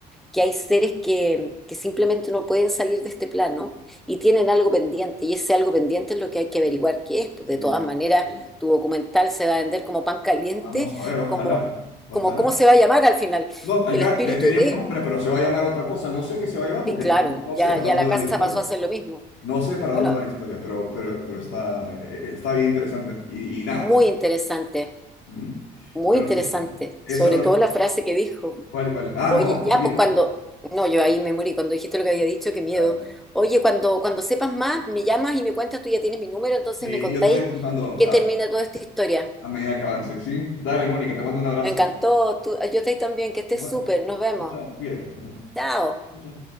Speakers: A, in the centre; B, on the left.
A: que hay seres que, que simplemente no pueden salir de este plano y tienen algo pendiente, y ese algo pendiente es lo que hay que averiguar qué es. Pues
B: Sí.
A: de todas maneras,
B: sí.
A: tu documental se va a vender como pan caliente,
B: Vamos a ver, ojalá,
A: como,
B: ojalá.
A: como cómo se va a llamar al final.
B: No, allá
A: El espíritu
B: te tenía
A: de...
B: un nombre, pero se va a llamar otra cosa. No sé qué se va a llamar porque
A: Sí, claro,
B: no no
A: ya,
B: sé para
A: ya
B: dónde
A: la
B: va
A: casa
B: la historia.
A: pasó a hacer lo mismo.
B: No sé para
A: Bueno,
B: dónde va la historia, pero, pero, pero está, eh, eh, está bien interesante. Y, y nada,
A: muy
B: está-
A: interesante,
B: ¿Mm?
A: muy
B: Bueno,
A: interesante,
B: Mónica, eso
A: sobre
B: lo...
A: todo la frase que dijo.
B: ¿Cuál, cuál? Ah,
A: Oye,
B: no, olvídate.
A: ya pues cuando, no, yo ahí me morí, cuando dijiste lo que había dicho, qué miedo.
B: Claro.
A: Oye, cuando, cuando sepas más, me llamas y me cuentas, tú ya tienes mi número, entonces
B: Y
A: me contáis
B: yo te voy contando
A: en qué
B: ah,
A: termina toda esta historia.
B: a medida que avance, ¿sí? Dale, Mónica, te mando un abrazo.
A: Me encantó, tú, yo estoy también, que estés
B: Y bueno,
A: súper, nos vemos.
B: chao, cuídate. ¿no?
A: Chao.
B: Chao.